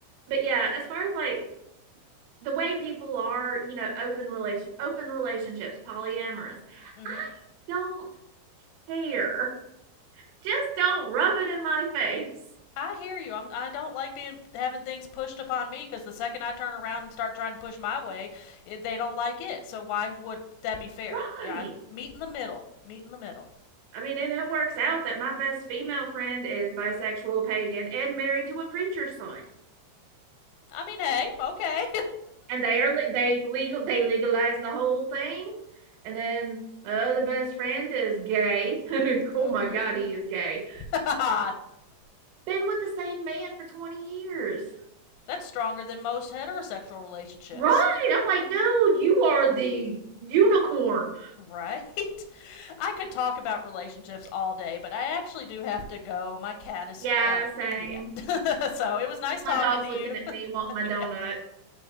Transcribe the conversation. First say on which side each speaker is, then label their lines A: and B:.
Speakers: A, on the right; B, on the left.
A: But yeah, as far as like the way people are, you know, open relation open relationships, polyamorous,
B: hmm
A: I don't care. <laughs> Just don't rub it in my face.
B: I hear you. I'm, I don't like being having things pushed upon me because the second I turn around and start trying to push my way, it, they don't like it. So why would that be fair?
A: Right.
B: Yeah, I'd meet in the middle. Meet in the middle.
A: I mean, and it works out that my best female friend is bisexual, pagan, and married to a preacher's son.
B: I mean, hey, okay.
A: and they are they legal they legalize the whole thing and then my other best friend is gay <laughs> oh
B: <laughs> hmm
A: my god he is gay
B: <laughs>
A: been with the same man for 20 years
B: That's stronger than most heterosexual relationships.
A: right i'm like dude you are the unicorn
B: Right? I could talk about relationships all day, but I actually do have to go. My cat is
A: yeah
B: uh
A: same
B: yeah. <laughs> so it was nice
A: my
B: talking
A: dog's
B: to
A: looking
B: you.
A: at
B: <laughs>
A: me wanting my
B: Yeah.
A: donut